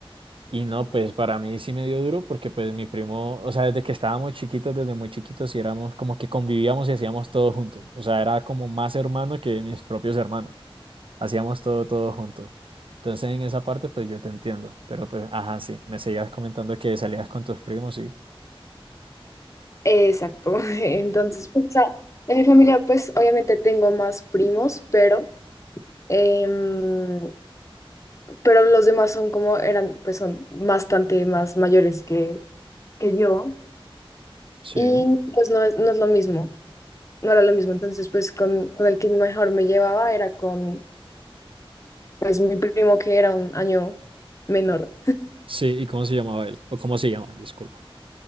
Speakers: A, on the right; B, on the left.
A: y no, pues para mí sí me dio duro porque pues mi primo, o sea, desde que estábamos chiquitos, desde muy chiquitos, sí éramos como que convivíamos y hacíamos todo juntos. O sea, era como más hermano que mis propios hermanos. Hacíamos todo, todo juntos. Entonces en esa parte pues yo te entiendo. Pero pues, ajá, sí, me seguías comentando que salías con tus primos, sí.
B: Exacto. <laughs> Entonces, o sea, en mi familia, pues obviamente tengo más primos, pero, em, pero los demás son como eran, pues son bastante más mayores que, que yo.
A: Sí.
B: Y pues no es, no es lo mismo, no era lo mismo. Entonces, pues con, con el que mejor me llevaba era con, pues mi primo que era un año menor.
A: Sí, ¿y cómo se llamaba él? ¿O cómo se llama? Disculpa.